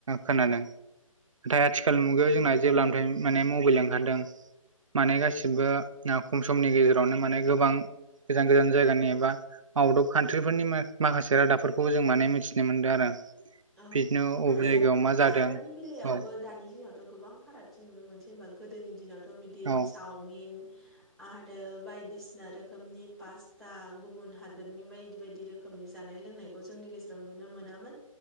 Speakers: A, on the right; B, in the centre.
A: खोनादों। नाथाय आथिखालनि मुगायाव जोंना जेब्लानिफ्राय माने मबाइल ओंखारदों। माने गासिबो ओ खम समनि गेजेरावनो माने गोबां गोजान गोजान जायगानि एबा आउट अफ कान्ट्रिफोरनि माखासे रादाबफोरखौबो जों माने मिथिनो मोनदों आरो
B: औ
A: बिदिनो अबे
B: आरो
A: जायगायाव
B: जा
A: मा जादों
B: जाग्रानि बेलायावबो
A: औ
B: दानि दिनाव' गोबां फारागथि नुनो मोनसै होमबा गोदोनि दिनावथ' बिदि
A: औ
B: चावमिन आरो बायदिसिना रोखोमनि पास्ता गुबुन हादरनि बायदि बायदि रो खोमनि जानाय लोंनायखौ जोंनि गेजेराव नुनो मोनामोन।